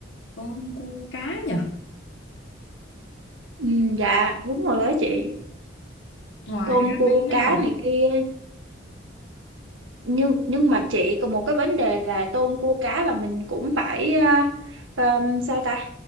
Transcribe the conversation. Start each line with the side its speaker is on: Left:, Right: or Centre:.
Left: tôm cua cá nhỉ.
Right: Ừ, dạ đúng rồi đó chị
Left: Ngoài
Right: tôm
Left: ra
Right: cua
Left: mấy cái
Right: cá
Left: này
Right: này
Left: thì-
Right: kia nhưng nhưng mà chị còn một cái vấn đề là tôm cua cá là mình cũng phải à, ờm, sao ta